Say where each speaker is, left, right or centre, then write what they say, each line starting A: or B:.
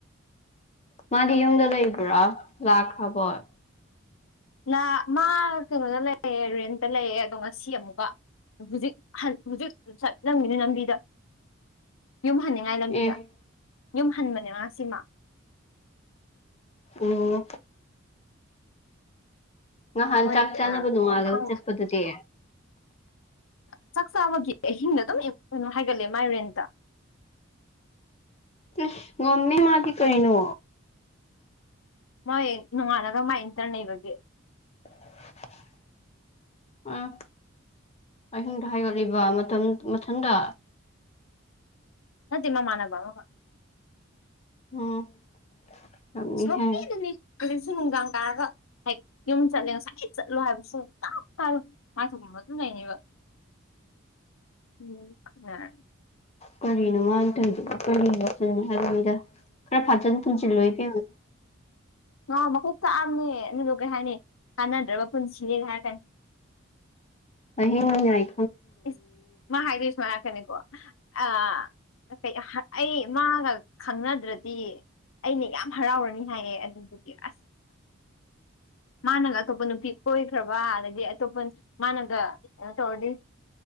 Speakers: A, on the left; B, on the left.
A: ꯃꯥꯗꯤ ꯌꯨꯝꯗ ꯂꯩꯕ꯭ꯔꯥ ꯂꯥꯛꯈ꯭ꯔꯕꯣꯏ
B: ꯅꯥ ꯃꯥ ꯀꯩꯅꯣꯗ ꯂꯩꯔꯦ ꯔꯦꯟꯇ ꯂꯩꯌꯦ ꯑꯗꯣ ꯉꯁꯤ ꯑꯃꯨꯛꯀ ꯍꯨꯖꯤꯛ ꯍꯟ ꯍꯨꯖꯤꯛ ꯆꯠꯂꯝꯒꯤꯅꯤ ꯂꯝꯕꯤꯗ ꯌꯨꯝ ꯍꯟꯅꯤꯡꯉꯥꯏ ꯂꯝꯕꯤꯗ
A: ꯑꯦ
B: ꯌꯨꯝ ꯍꯟꯕꯅꯦ ꯃꯥ ꯉꯁꯤ ꯃꯥ
A: ꯑꯣ ꯉꯍꯥꯟ
B: ꯃꯣꯏ
A: ꯆꯥꯛ ꯆꯥꯅꯕ ꯅꯣꯡꯉꯥꯜꯂꯒ
B: ꯈꯪꯗꯦ
A: ꯆꯠꯄꯗ ꯇꯦ
B: ꯆꯥꯛ ꯆꯥꯕꯒꯤ ꯑꯍꯤꯡꯗ ꯑꯗꯨꯝ ꯀꯩꯅꯣ ꯍꯥꯏꯒꯠꯂꯦ ꯃꯥꯏ ꯔꯦꯟꯇ
A: ꯇꯦ ꯉꯝꯃꯤ ꯃꯥꯗꯤ ꯀꯔꯤꯅꯣ
B: ꯃꯥꯏ ꯅꯣꯡꯉꯥꯂꯒ ꯃꯥꯏ ꯏꯟꯇꯔꯟ ꯂꯩꯕꯒꯤ
A: <unintelligible> ꯎꯝ ꯑꯍꯤꯡꯗ ꯍꯥꯏꯒꯠꯂꯤꯕ ꯃꯇꯝ ꯃꯊꯟꯗ
B: ꯅꯇꯦ ꯃꯃꯥꯟꯅꯕ ꯑꯃꯒ
A: ꯎꯝ ꯉꯝꯃꯤꯍꯦ
B: ꯁꫭꯛꯀꯦ ꯗꯅꯤ ꯍꯧꯖꯤꯛꯁꯨ ꯅꯨꯡꯗꯥꯡ ꯇꯥꯔꯒ ꯍꯥꯏ ꯌꯨꯝ ꯆꯠꯂꯦ ꯉꯁꯥꯏꯗꯩ ꯆꯠꯂꯣ ꯍꯥꯏꯕ ꯁꯨꯡꯇꯥ ꯇꯥꯔꯣꯏ ꯃꯥꯏ ꯊꯣꯛꯄ ꯑꯃ ꯑꯗꯨꯝ ꯂꯩꯅꯦꯕ <unintelligible> ꯈꯠꯅꯔ
A: ꯀꯔꯤꯅꯣ ꯃꯥꯅ ꯇꯣꯏꯗꯨꯕꯣ ꯀꯔꯤ ꯋꯥꯈꯜꯅꯣ ꯍꯥꯏꯕꯅꯤꯗ ꯈꯔ ꯐꯥꯖꯟ ꯄꯨꯟꯖꯤꯟꯂꯣ ꯏꯕꯤꯝꯃꯥ
B: ꯉꯥ ꯃꯀꯣꯛ ꯆꯥꯑꯝꯅꯦ ꯑꯗꯨꯗꯣ ꯀꯩ ꯍꯥꯏꯅꯤ ꯀꯥꯟꯅꯗ꯭ꯔꯕ ꯄꯨꯟꯁꯤꯅꯦꯒ ꯍꯥꯏꯔꯛꯀꯅꯤ
A: ꯑꯍꯤꯡ ꯅꯣꯡꯌꯥꯏ
B: ꯏꯁ ꯃꯥ ꯍꯥꯏꯔꯤ ꯁꯨꯃꯥꯏ ꯍꯥꯏꯔꯛꯀꯅꯤꯀꯣ ꯑꯥ ꯀ ꯀꯩ ꯑꯥ ꯍꯥꯔꯠ ꯑꯩ ꯃꯥꯒ ꯈꯪꯅꯗ꯭ꯔꯗꯤ ꯑꯩꯅ ꯌꯥꯝ ꯍꯔꯥꯎꯔꯅꯤ ꯍꯥꯏꯌꯦ ꯑꯗꯨꯗꯨꯒꯤ ꯑꯁ ꯃꯥꯅꯒ ꯑꯇꯣꯞꯄ ꯅꯨꯄꯤ ꯀꯣꯏꯈ꯭ꯔꯕ ꯑꯗꯒꯤ ꯑꯇꯣꯞꯄ ꯃꯥꯅꯒ ꯀꯩꯅꯣ ꯇꯧꯔꯗꯤ